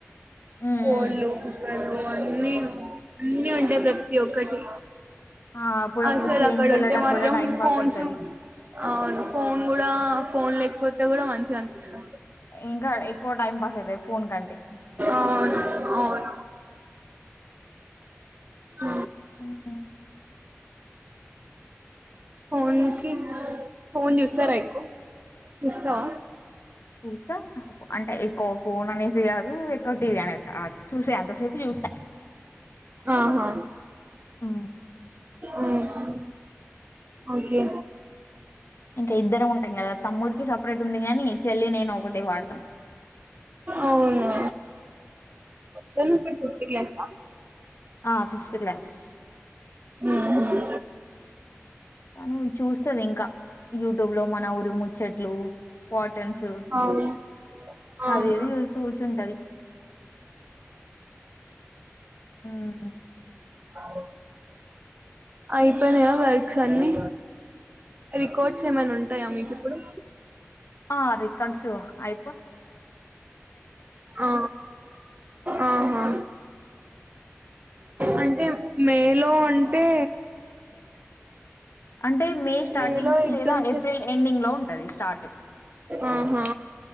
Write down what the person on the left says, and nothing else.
ఉమ్,
ఉమ్.
ఆ, అప్పుడప్పుడు
చేనుకి వెళ్ళడం
కూడా టైం
పాస్ అయితది
ఇంకా ఎక్కువ టైం పాస్ ఐథాయ్ ఫోన్ కంటే.
హు హ్మ్.
చూసా అంటే ఎక్కువ ఫోన్ అనేసి కాదు ఎక్కువ టీవీ అనేది కాదు చూసే అంతసేపు జూస్త.
ఆ
ఇకా ఇద్దర ము. టామ్ గదా తమ్ముడికి సపరేట్ ఉంది గాని చెల్లి నేను ఒకటే వాడతాం.
ఆ ఫిఫ్త్ క్లాస్.
తనూ చూస్తది ఇంకా యూట్. టూబ్ లో మన ఊరీ ముచ్చట్లు పాటన్స్
అవివి జూస్తూ గుసుంటది ఉమ్.
ఆ రికార్డ్స్ ఐ.
అంటే స్టార్టింగ్
లేదా ఏప్రిల్ ఎండింగ్ లో ఉంటది స్టార్ట్